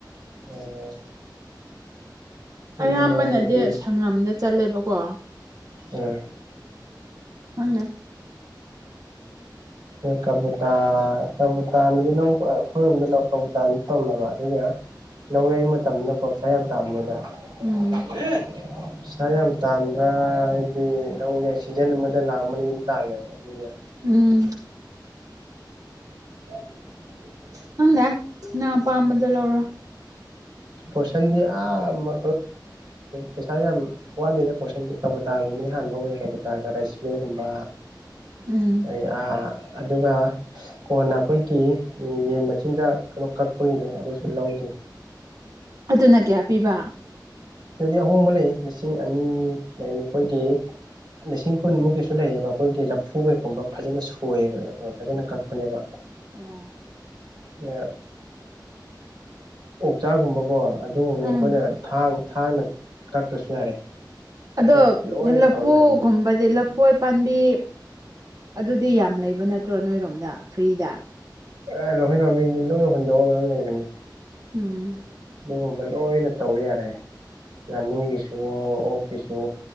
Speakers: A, on the right; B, on the right.
A: ꯑꯣ꯫ ꯌꯨꯝꯗ
B: ꯑꯌꯥꯝꯕꯅꯗꯤ
A: ꯂꯧꯔꯒꯗꯤ
B: ꯁꯪꯉꯝꯗ ꯆꯠꯂꯦꯕꯀꯣ꯫
A: ꯎꯝ
B: ꯈꯪꯅꯦ
A: ꯀꯕꯨꯇ ꯀꯕꯨꯨꯇꯅꯗꯤ ꯂꯧ ꯑꯩꯈꯣꯏ ꯔꯣꯝꯗ ꯂꯧ꯫ ꯇꯧꯕꯨꯇꯥꯅꯗꯤ ꯇꯧꯅꯕ ꯑꯗꯨꯒ ꯂꯧ ꯌꯥꯩ ꯃꯇꯝꯗꯅꯀꯣ ꯄꯩꯁꯥ ꯌꯥꯝ ꯇꯥꯟ <unintelligible> <unintelligible>
B: ꯎꯝ
A: ꯄꯩꯥꯁꯥ ꯌꯥꯝ ꯇꯥꯟꯕ ꯍꯥꯏꯗꯤ ꯂꯧ ꯌꯩ ꯁꯤꯖꯟ ꯑꯃꯗ ꯂꯥꯛ ꯑꯃ ꯑꯅꯤꯗꯤ ꯑꯗꯨꯝ ꯇꯥꯜꯂꯦꯕ ꯃꯤꯅ꯫
B: ꯎꯝ꯫
A: <unintelligible>
B: ꯈꯪꯗꯦ ꯅꯪ ꯑꯄꯥꯝꯕꯗꯨ ꯂꯧꯔꯣ꯫
A: ꯐꯣꯔꯁꯟꯗꯤ ꯑꯥ ꯄꯩꯁꯥ ꯌꯥꯝ ꯋꯥꯠꯂꯤꯗ ꯐꯣꯔꯁꯟꯗꯤ ꯀꯕꯨꯇꯥꯒꯨꯝ ꯗꯤ ꯍꯥꯟꯅ ꯂꯧꯕ ꯌꯥꯢ ꯀꯕꯨꯇꯒ ꯔꯥꯢꯁ ꯃꯤꯜꯒꯨꯝꯕ
B: ꯎꯝ
A: ꯑꯗꯩ ꯑꯥ ꯑꯗꯨꯒ ꯀꯣꯟꯅ ꯑꯩꯈꯣꯏꯒꯤ ꯌꯦꯟ ꯃꯆꯤꯟꯖꯥꯛ ꯀꯩꯅꯣ ꯀꯛꯄꯒꯤꯗꯣ ꯑꯗꯨꯁꯨ ꯂꯧ <unintelligible>
B: ꯑꯗꯨꯅ ꯀꯌꯥ ꯄꯤꯕ
A: ꯁꯤꯗꯗꯤ ꯑꯍꯣꯡꯕ ꯂꯩ ꯂꯤꯁꯤꯡ ꯑꯅꯤ ꯂꯩ ꯑꯩꯈꯣꯏꯒꯤ ꯂꯤꯁꯤꯡ ꯀꯨꯟꯃꯨꯛꯀꯤꯁꯨ ꯂꯩꯌꯦꯕ ꯑꯩꯈꯣꯏꯒꯤ ꯂꯐꯨ ꯀꯩꯒꯨꯝꯕ ꯐꯖꯅ ꯁꯣꯏꯌꯦꯕ ꯐꯖꯅ ꯀꯛꯄꯅꯦꯕ
B: ꯎꯝ
A: ꯑ ꯑꯣꯛ ꯆꯆꯥꯒꯨꯝꯕꯀꯣ ꯑꯗꯨꯒꯨꯝꯕꯗꯤ
B: ꯎꯝ
A: ꯑꯩꯈꯣꯏꯅ ꯊꯥꯡ ꯊꯥꯡꯅ ꯀꯛꯇꯁꯨ ꯌꯥꯔꯦ ꯑꯇꯣꯞ
B: ꯑꯗꯣ
A: ꯂꯣꯏꯅ
B: ꯂꯐꯨꯒꯨꯝꯕꯗꯤ
A: ꯇꯧ ꯌꯥꯔꯦ
B: ꯂ ꯍꯣꯏ ꯄꯥꯝꯕꯤ ꯑꯗꯨꯗꯤ ꯌꯥꯝ ꯂꯩꯕ ꯅꯠꯇ꯭ꯔꯣ ꯅꯣꯏꯔꯣꯝꯗ ꯐ꯭ꯔꯤꯗ
A: ꯑꯦ ꯂꯣꯏꯍꯣꯏ ꯃꯥꯝꯕꯤꯗꯤ ꯂꯣꯏ ꯍꯣꯟꯟꯗꯣꯛꯑ ꯂꯣꯏ ꯂꯩꯕꯅꯤ
B: ꯎꯝ
A: ꯑꯗꯨꯒꯨꯝꯕ ꯂꯣꯏꯅ ꯇꯧ ꯌꯥꯔꯦ ꯉꯥꯅꯨꯒꯤꯁꯨ ꯑꯣꯛꯀꯤꯁꯨ